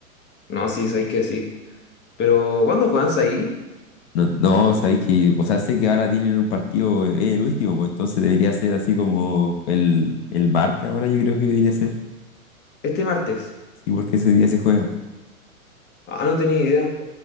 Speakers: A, on the left; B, on the left.
A: No, sí, sabéis que sí. Pero, ¿cuándo juegan ahí?
B: No, no, sabéis que, o sea, sé que ahora tienen un partido, es el último, pues entonces debería ser así como el, el martes ahora yo creo que debería ser.
A: Este martes.
B: Sí, porque ese día se juegan. pues.
A: Ah, no tenía idea.